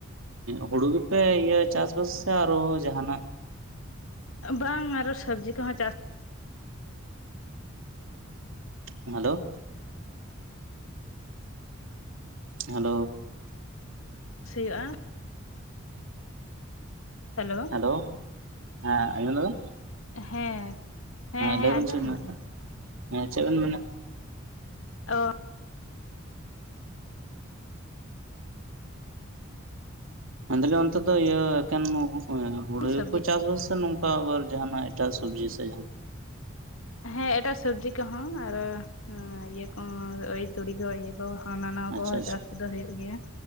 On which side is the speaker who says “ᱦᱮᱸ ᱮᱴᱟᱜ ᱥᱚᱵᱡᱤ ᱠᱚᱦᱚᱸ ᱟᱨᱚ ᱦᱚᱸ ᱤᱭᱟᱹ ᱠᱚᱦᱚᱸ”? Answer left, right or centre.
Left